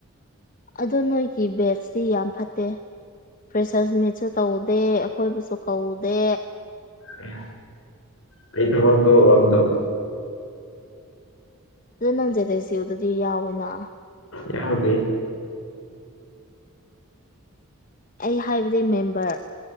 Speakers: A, on the left (about 40°); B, on the left (about 65°).
A: ꯑꯗꯨ ꯅꯣꯏꯒꯤ ꯕꯦꯁꯇꯤ ꯌꯥꯝ ꯐꯠꯇꯦ ꯐ꯭ꯔꯦꯁꯔꯁ ꯃꯤꯠꯁꯨ ꯇꯧꯗꯦ ꯑꯩꯈꯣꯏꯕꯨꯁꯨ ꯀꯧꯗꯦ
B: ꯑꯦ ꯀꯔꯤ ꯊꯕꯛꯇꯣ ꯑꯗꯨꯝ ꯇꯧ
A: <unintelligible> ꯑꯗꯨꯗꯤ ꯌꯥꯎꯋꯤꯅ
B: ꯌꯥꯎꯗꯦ
A: ꯑꯩ ꯍꯥꯏꯕꯗꯤ ꯃꯦꯝꯕꯔ